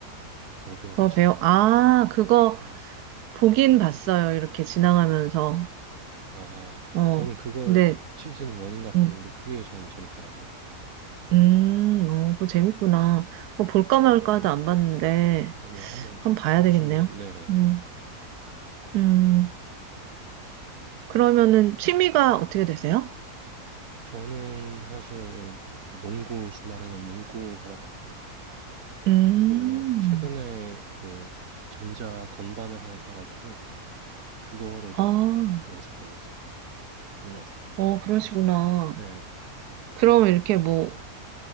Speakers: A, on the right; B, on the right.
A: 더 베어
B: 더배우
A: 아시나요?
B: 아, 그거
A: 그,
B: 보긴 봤어요. 이렇게 지나가면서.
A: 아,
B: 어,
A: 저는 그걸
B: 근데,
A: 시즌 1인가 봤는데
B: 음,
A: 그게 전 재밌더라고요.
B: 음, 어, 그거 재밌구나. 어, 볼까 말까 하다 안 봤는데,
A: 어, 어, 네, 한번
B: 한번 봐야 되겠네요.
A: 보시면 네, 네.
B: 음, 음, 그러면은 취미가 어떻게 되세요?
A: 저, 는 사실 뭐 농구 주말에는 농구 하러 가고요.
B: 음,
A: 그리고 최근에 그 전자 건반을 하나 사가지고 그거를
B: 아,
A: 좀 연습하고 있어요. 혼자서.
B: 어, 그러시구나.
A: 네.
B: 그럼 이렇게 뭐,